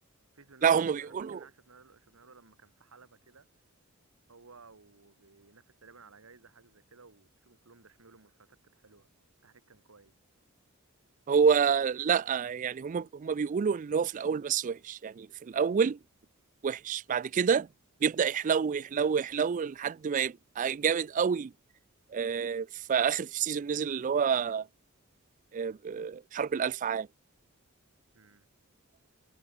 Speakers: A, on the right (about 80°); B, on the right (about 35°).
A: في سيزونات
B: لا
A: شف...
B: هم بيقولوا
A: انا فاكر ان احنا شفنا له شفنا له لما كان في حلبه كده هو وبينافس تقريبا على جايزه حاجه زي كده وبيسيبهم كلهم دشملهم والفايتات كانت حلوه التحريك كان كويس
B: هو لا يعني هم هم بيقولوا ان هو في الاول بس وحش يعني في الاول وحش بعد كده بيبدأ يحلو يحلو يحلو لحد ما يبقى جامد قوي آه، في آخر في سيزون نزل اللي هو آه، حرب الألف عام
A: امم.